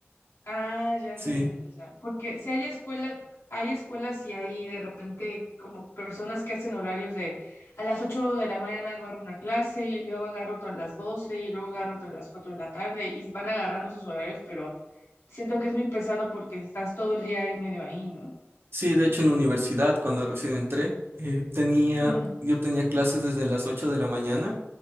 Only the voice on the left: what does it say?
Ah, ya,
ya, ya, ya, ya. Porque si hay escuelas, hay escuelas y hay de repente como personas que hacen horarios de a las 8 de la mañana agarro una clase y luego agarro otra a las 12 y luego agarro otra a las 4 de la tarde y van agarrando sus horarios, pero siento que es muy pesado porque estás todo el día ahí medio ahí, ¿no?
Ujú.